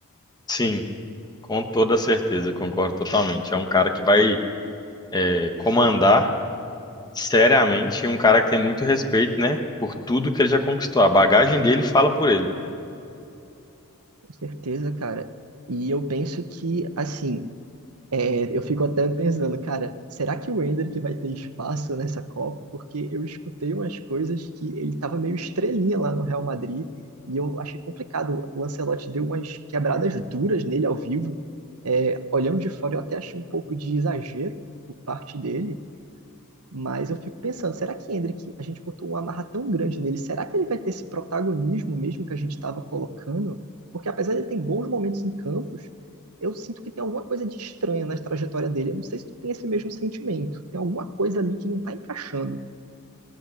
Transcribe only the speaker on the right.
Com certeza, cara. E eu penso que, assim, É, eu fico até pensando, cara, será que o Endrick vai ter espaço nessa Copa? Porque eu escutei umas coisas que ele estava meio estrelinha lá no Real Madrid e eu achei complicado. O Ancelotti deu umas quebradas duras nele ao vivo. É, olhando de fora, eu até achei um pouco de exagero por parte dele. Mas eu fico pensando, será que Hendrick, a gente botou uma amarra tão grande nele, será que ele vai ter esse protagonismo mesmo que a gente estava colocando? Porque apesar de ele ter bons momentos em campos, eu sinto que tem alguma coisa de estranha na trajetória dele. Eu não sei se tu tem esse mesmo sentimento. Tem alguma coisa ali que não está encaixando